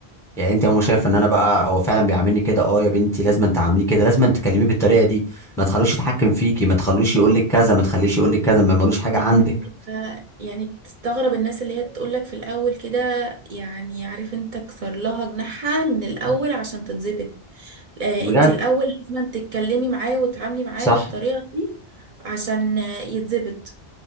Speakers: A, in the centre; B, on the right.
A: يعني انت يا ماما شايف ان انا بقى هو فعلا بيعاملني كده اه يا بنتي لازم انت تعامليه كده لازم انت تكلميه بالطريقه دي ما تخلوش يتحكم فيكي ما تخلوش يقول لك كذا ما تخليش يقول لك كذا ما ملوش حاجه
B: يعني
A: عندك
B: ف... يعني بتستغرب الناس اللي هي تقولك في الأول كده يعني عارف انت كسر لها جناحها من الأول عشان تتظبط آه
A: بجد
B: انت الأول لازم تتكلمي معاه وتتعاملي معاه
A: صح
B: بالطريقة دي عشان آه، يتظبط